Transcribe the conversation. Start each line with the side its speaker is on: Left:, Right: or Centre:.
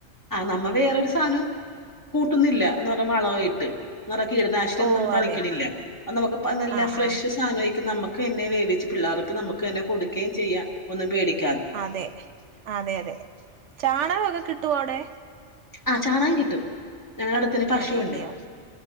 Left: ആ നമ്മ വേറൊരു സാധനം കൂട്ടുന്നില്ല എന്ന് പറഞ്ഞ വളയിട്ട് നിറ കീടനാശിനിയ
Right: ഓ
Left: ഒന്നുംും തളിക്കണില്ല
Right: അതെ
Left: നമുക്ക് നല്ല
Right: ആ
Left: ഫ്രഷ്
Right: ആ
Left: സാധനംിക്കും നമുക്ക് എന്നെ വേവിിച്ചച്ച് പിള്ളേർക്ക് നമുക്ക് എന്നെ കൊടുക്കുകയും ചെയ്യാം ഒന്നും പേടിക്ക
Right: അതെ അതെ അതെ ചാണകമൊക്കെ കിട്ടുവ അവിടെ
Left: ആഹ് ചാണൻ കിട്ടും ഞങ്ങളുടെ അടുത്തിന് പശുവുണ്ടേ
Right: അതെല്ലയോ